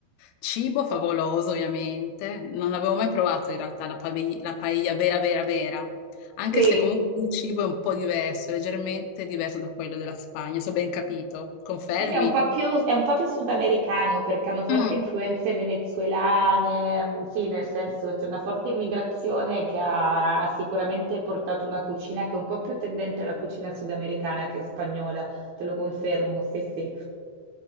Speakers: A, on the left (about 80°); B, on the right (about 90°).
A: Cibo favoloso, ovviamente. Non avevo mai provato in realtà la, pavei- la paella vera, vera, vera. Anche
B: sì.
A: se comunque il cibo è un po' diverso, leggermente diverso da quello della Spagna, se ho ben capito. Confermi?
B: Sì, è un po' più, è un po' più sudamericano perché hanno forti
A: Mm.
B: influenze venezuelane, mm, sì, nel senso c'è una forte immigrazione che ha, ha sicuramente portato una cucina che è un po' più tendente alla cucina sudamericana che spagnola, te lo confermo, sì, sì.